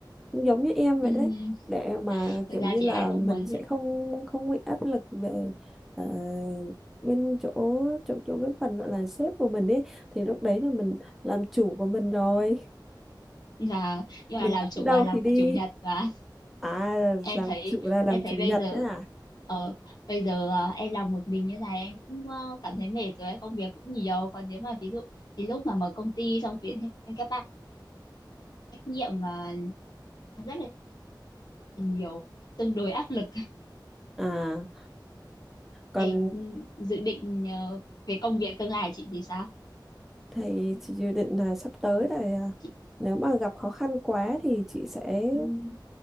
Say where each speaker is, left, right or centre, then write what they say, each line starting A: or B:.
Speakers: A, in the centre; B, on the left (about 55°).
A: cũng giống như em vậy
B: ừm,
A: đấy để mà kiểu
B: thực ra
A: như
B: thì
A: là
B: ai cũng
A: mình
B: muốn
A: sẽ
B: vậy.
A: không không bị áp lực về ờ, bên chỗ chỗ chỗ cái phần gọi là sếp của mình ấy thì lúc đấy là mình làm chủ của mình rồi
B: và nhưng
A: mình
B: mà làm
A: thích
B: chủ
A: đi đâu
B: là làm
A: thì
B: cả
A: đi
B: chủ nhật mà
A: à
B: em
A: làm
B: thấy
A: chủ là làm
B: em thấy
A: chủ nhật
B: bây giờ
A: đấy à
B: ờ, bây giờ ờ, em làm một mình như này em cũng ờ, cảm thấy mệt rồi ấy, công việc cũng nhiều còn nếu mà ví dụ thì lúc mà mở công ty xong tuyển thêm các bạn trách nhiệm là rất là nhiều tương đối áp lực
A: à còn
B: em ừ, dự định ờ, về công việc tương lai chị thì sao
A: thì chị dự định là sắp tới là à,
B: chị
A: nếu mà gặp khó khăn quá thì chị sẽ
B: ừm,